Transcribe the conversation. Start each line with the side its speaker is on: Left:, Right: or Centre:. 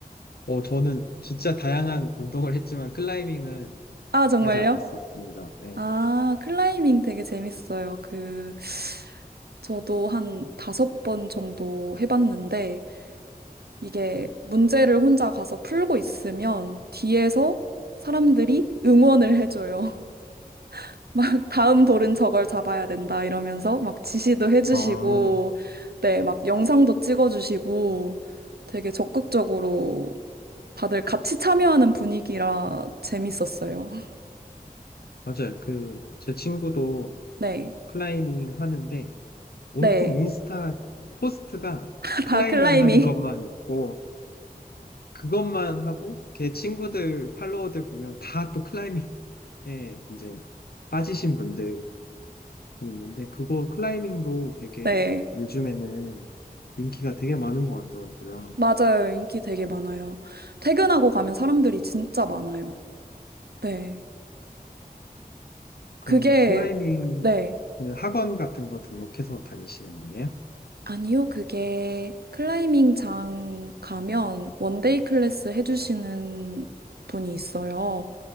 Left: 어, 저는 진짜 다양한 운동을 했지만 클라이밍은
Right: <laughs> 아, 정말요?
Left: 하지 않았었습니다. 네.
Right: 아, 클라이밍 되게 재밌어요. 그, 저도 한 다섯 번 정도 해봤는데, 이게 문제를 혼자 가서 풀고 있으면 뒤에서 사람들이 응원을 해줘요. <laughs> 막 다음 돌은 저걸 잡아야 된다 이러면서 막 지시도 해주시고,
Left: 아,
Right: 네, 막 영상도 찍어주시고, 되게 적극적으로 다들 같이 참여하는 분위기라 재밌었어요. <laughs>
Left: 맞아요. 그, 제 친구도
Right: 네,
Left: 클라이밍 하는데, 온통
Right: 네,
Left: 인스타 포스트가
Right: <laughs>
Left: 클라이밍
Right: 다 클라이밍.
Left: 하는 것만 있고, 그것만 하고, 걔 친구들, 팔로워들 보면 다 또 클라이밍에 <laughs> 이제 빠지신 분들이 있는데, 그거 클라이밍도 되게
Right: 네.
Left: 요즘에는 인기가 되게 많은 것 같더라고요.
Right: 맞아요. 인기 되게 많아요. 퇴근하고 가면 사람들이 진짜 많아요. 네.
Left: 그러면
Right: 그게,
Left: 클라이밍
Right: 네.
Left: 그 학원 같은 거 등록해서 다니시는 거예요?
Right: 아니요. 그게 클라이밍 장 가면 원데이 클래스 해주시는 분이 있어요.